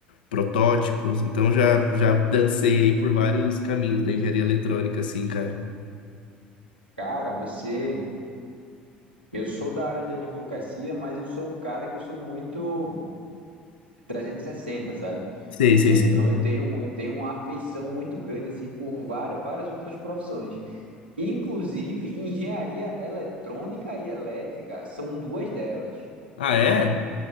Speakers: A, on the left; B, on the right.
A: protótipos. Então, já, já dancei aí por vários caminhos da engenharia eletrônica, assim, cara.
B: Cara, você. Eu sou da área de advocacia, mas eu sou um cara que eu sou muito 360, sabe?
A: Sei, sei,
B: Então
A: sei.
B: eu tenho, eu tenho uma afeição muito grande, assim, por várias, várias outras profissões. Inclusive, engenharia eletrônica e elétrica são duas delas.
A: Ah, é?